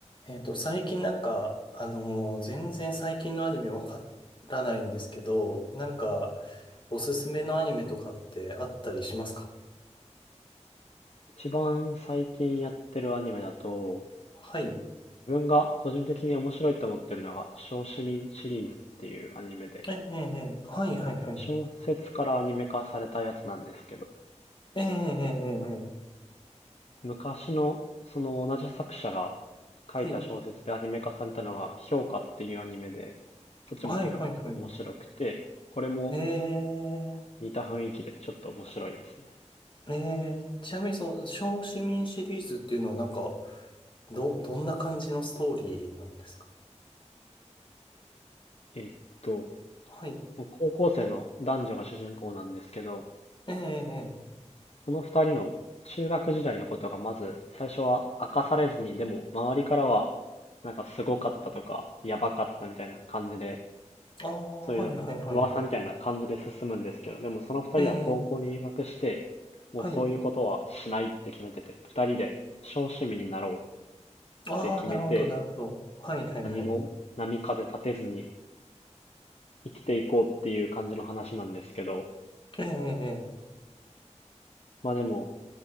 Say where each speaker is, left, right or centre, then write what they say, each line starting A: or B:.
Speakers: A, on the left; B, on the left.
A: えっと、最近なんか、あのー全然最近のアニメわからないんですけど、なんか、おすすめのアニメとかってあったりしますか
B: 一番最近やってるアニメだと、
A: はい。
B: 自分が個人的に面白いと思ってるのが、小市民シリーズっていうアニメで、
A: ええ、ええ、ええはい、はい、はい。
B: 小説からアニメ化されたやつなんですけど、
A: ええ、ええ、ええ、
B: はい
A: ええ
B: 昔のその同じ作者が書いた小説でアニメ化されたのが、
A: はい、
B: 評価っていうアニメで、そっちも結構面白くて、
A: はい、はい、はい。
B: これも
A: ええ、
B: 似た雰囲気でちょっと面白いですね。
A: ええ、ちなみにその、小市民シリーズっていうのはなんか、ど、どんな感じのストーリーなんですか
B: えっと、
A: はい。
B: 高校生の男女が主人公なんですけど、
A: ええ、ええ、
B: その二人の、中学時代のことがまず、最初は明かされずに、でも、周りからは、なんかすごかったとか、やばかったみたいな感じで、
A: ええああ、
B: そういう噂みたいな感じで進むんですけど、
A: はい、はい、はい。
B: でもその二人は高校に入学して、
A: ええ、ええ
B: もうそういうことはしないって決めてて、
A: はい。
B: 二人で小市民になろうっ
A: ああ、
B: て決めて、
A: なるほど、なるほど。はいはいはい。
B: 何も波風立てずに生きていこうっていう感じの話なんですけど、
A: ええ、え
B: まあでも、